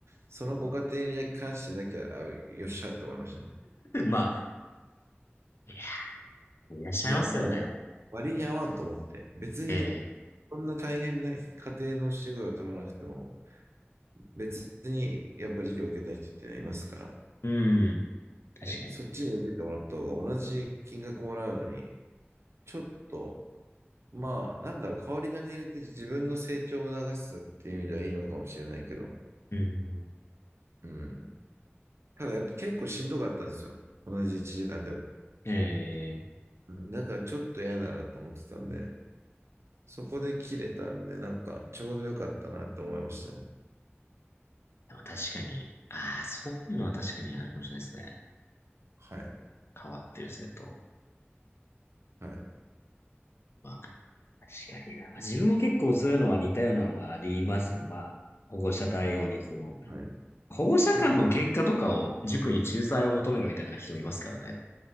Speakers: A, on the right; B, on the left.
A: そのご家庭に関してだけは、あよっしゃと思いましたね。
B: まあ、いらっしゃいますよね。
A: いや、もう割に合わんと思って、別に、
B: ええ。
A: そんな大変な家庭の授業を取らなくても、別にやっぱり授業を受けたい人っていうのはいますから、
B: うん。確かに。
A: え、そっちに受けてもらった方が同じ金額もらうのに、ちょっと、まあ、なんだろう、代わり種入れて自分の成長を促すっていう意味ではいいのかもしれないけど、
B: うん。
A: うん。ただやっぱ結構しんどかったんですよ。同じ1時間でも。
B: ええ。
A: うんだからちょっと嫌だなと思ってたんで、そこで切れたんで、なんかちょうどよかったなと思いましたね。
B: でも確かに。ああ、そういうのは確かにあるかもしれないですね。
A: もうはい。
B: 変わってる生徒。
A: はい。
B: まあ、確かにな。まあ自分も結構そういうのは似たようなのはありますね。まあ、保護者対応にしても。
A: あはい。
B: 保護者間の喧嘩とかを塾に仲裁を求めるみたいな人もいますからね。
A: なんか